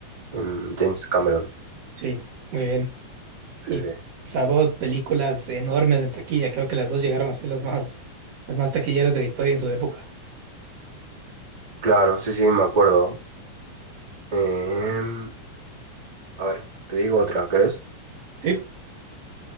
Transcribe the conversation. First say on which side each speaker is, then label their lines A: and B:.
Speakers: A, on the right; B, on the right.
A: mm, James Cameron,
B: Sí, muy bien.
A: sí,
B: Y,
A: sí.
B: o sea, dos películas enormes en taquilla. Creo que las dos llegaron a ser las más, las más taquilleras de la historia en su época.
A: Claro, sí, sí, me acuerdo. Em, a ver, te digo otra, ¿crees?
B: Sí.